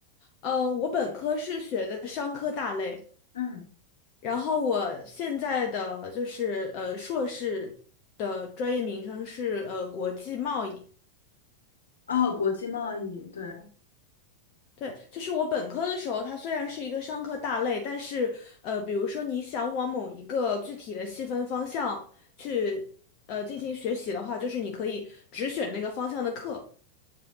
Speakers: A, on the left; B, on the left.
A: 呃，我本科是学的商科大类，
B: 嗯，
A: 然后我现在的就是呃硕士的专业名称是呃国际贸易。
B: 哦，国际贸易，对，
A: 对，就是我本科的时候，它虽然是一个商科大类，但是呃，比如说你想往某一个具体的细分方向去呃进行学习的话，就是你可以只选那个方向的课。